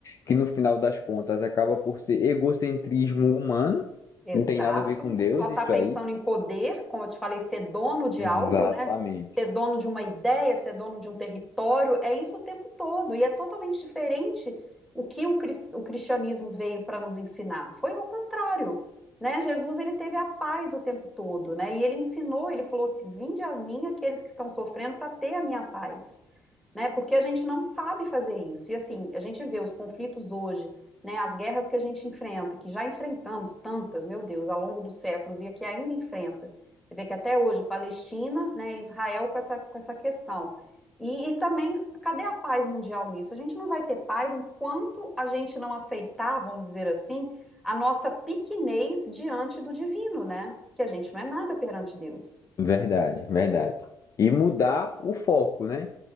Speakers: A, on the left (about 45°); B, in the centre.
A: que no final das contas acaba por ser egocentrismo humano,
B: Exato.
A: não tem nada a ver com Deus
B: Só está
A: isso
B: pensando
A: aí.
B: em poder, como eu te falei, ser dono de
A: Exatamente.
B: algo, né? Ser dono de uma ideia, ser dono de um território, é isso o tempo todo. E é totalmente diferente o que o, cris- o cristianismo veio para nos ensinar. Foi o contrário, né? Jesus, ele teve a paz o tempo todo, né? E ele ensinou, ele falou assim: Vinde a mim aqueles que estão sofrendo para ter a minha paz, né? Porque a gente não sabe fazer isso. E assim, a gente vê os conflitos hoje né, as guerras que a gente enfrenta, que já enfrentamos tantas, meu Deus, ao longo dos séculos e aqui ainda enfrenta. Você vê que até hoje, Palestina, né, Israel com essa, com essa questão. E, e também, cadê a paz mundial nisso? A gente não vai ter paz enquanto a gente não aceitar, vamos dizer assim, a nossa pequenez diante do divino, né? Que a gente não é nada perante Deus.
A: Verdade, verdade. E mudar o foco, né?